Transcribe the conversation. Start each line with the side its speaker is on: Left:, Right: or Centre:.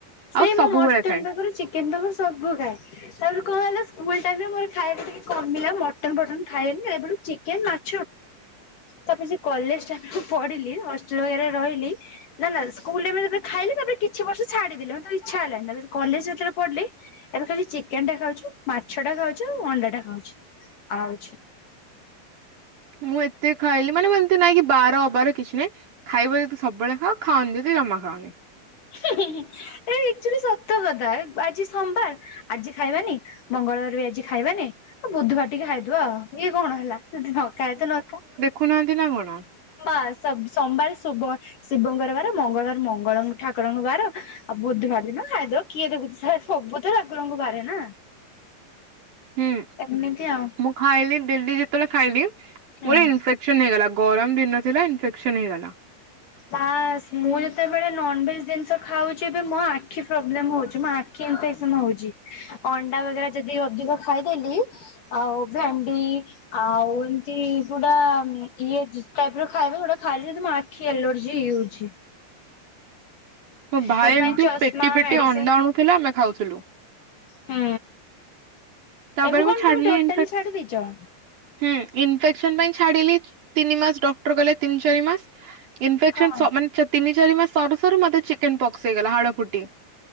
Right: ଆଉ
Left: ସେଇ
Right: ସବୁବେଳେ
Left: ମୁଁ ମଟନ୍
Right: ଖାଏ।
Left: ପାଖରୁ ଚିକେନ୍ ପାଖରୁ ସବୁ ଖାଏ। ତାପରେ କଣ ହେଲା ସ୍କୁଲ୍ ଟାଇମ୍ ରେ ମୋର ଖାଇବା ଟିକେ କମିଲା। ମଟନ୍ ଫଟନ୍ ଖାଏନି ଏବେଠୁ ଚିକେନ୍, ମା <unintelligible> ତାପରେ ସେ କଲେଜ୍ ଟାଇମ୍ ରେ ପଢିଲି ହଷ୍ଟେଲ ବଗେରା ରେ ରହିଲି ନା ନା ସ୍କୁଲରେ ବେଳେ ବେଳେ ଖାଇଲି, ତାପରେ କିଛି ବର୍ଷ ଛାଡିଦେଲି। ମତେ ଇଛା ହେଲାନି। ତାପରେ କଲେଜ୍ ରେ ଯେତେବେଳେ ପଢିଲି ଏବେ ଖାଲି ଚିକେନ୍ ଟା ଖାଉଚି। ମାଛ ଟା ଖାଉଚି। ଆଉ ଅଣ୍ଡା ଟା ଖାଉଚି। ଆଉ କିଛି
Right: ମୁଁ ଏତେ ଖାଇଲି ମାନେ ଏମିତି ନାଇଁ କି ବାର ଅବାର କିଛି ନାହିଁ। ଖାଇବ ଯଦି ସବୁବେଳେ ଖାଅ। ଖାଅନି ଯଦି ଜମା ଖାଅନି।
Left: ଏଇଟା ଆକଚୁଆଲି ସତ କଥା। ଆଜି ସୋମବାର ଆଜି ଖାଇବାନି। ମଙ୍ଗଳବାର ବି ଆଜି ଖାଇବାନି। ବୁଧବାର ଟିକେ ଖାଇଦବା ଆଉ। ଇଏ କଣ ହେଲା। ଯଦି ନ ଖାଏ ତୁ ନ ଖା।
Right: ଖୁନାହାନ୍ତି ନା କଣ?
Left: ବାସ୍ ସୋମବାର ଶୁବ ଶିବଙ୍କର ବାର, ମଙ୍ଗଳବାରେ ମଙ୍ଗଳ ଠାକୁରଙ୍କ ବାର ଆଉ ବୁଧବାର ଦିନ ଖାଇଦବ କିଏ ଦେଖୁଚି। ଆରେ ସବୁ ତ ଠାକୁରଙ୍କ ବାର ନା।
Right: <inaudible> ହୁଁ।
Left: ଏମିତି ଆଉ
Right: ମୁଁ ଖାଇଲି ଡେଲି ଯେତେବେଳେ ଖାଇଲି ମୋର
Left: ହୁଁ।
Right: ଇନଫେକ୍ସନ ହେଇଗଲା। ଗରମ ଦିନ ଥିଲା ଇନଫେକ୍ସନ୍ ହେଇଗଲା।
Left: ବାସ୍ ମୁଁ ଯେତେବେଳେ ନନ୍ଭେଜ୍ ଜିନିଷ ଖାଉଚି ଏବେ ମୋ ଆଖି ପ୍ରୋବ୍ଲେମ୍ ହଉଚି। ମୋ ଆ ଆଖି ଇନଫେକ୍ସନ ହଉଚି। ଅଣ୍ଡା ବଗେରା ଯଦି ଅଧିକ ଖାଇଦେଲି ଆଉ ଭେଣ୍ଡି ଆଉ ଏମତି କୋଉଟା ଇଏ ଟାଇପ୍ ର ଖାଇବା ଯଉଟା ଖାଇଲି ଯଦି ମୋ ଆଖି ଏଲର୍ଜି ହେଇଯାଉଛି।
Right: ମୋ ଭାଇ
Left: ସେଥିପାଇଁ
Right: ଏମତି
Left: ଚଷମା
Right: ପେଟି ପେଟି
Left: ମେଡିସିନ
Right: ଅଣ୍ଡା ଆଣୁଥିଲା ଆମେ ଖାଉଥିଲୁ।
Left: ହୁଁ।
Right: ତାପରେ
Left: ଏବେ
Right: ମୁଁ
Left: କଣ
Right: ଛାଡିଲି
Left: ତମେ ଟୋଟାଲି
Right: ଇନଫେ
Left: ଛାଡି ଦେଇଛ?
Right: ହୁଁ। ଇନଫେକ୍ସନ ପାଇଁ ଛାଡିଲି ତିନି ମାସ୍। ଡକ୍ଟର କହିଲା ତିନି ଚାରି ମାସ୍ ଇନଫେକ୍ସନ
Left: ହଁ
Right: ସ ମାନେ ତିନି ଚାରି ମାସ ସରୁ ସରୁ ମତେ ଚିକେନ୍ ପକ୍ସ ହେଇଗଲା ହାଡ ଫୁଟି।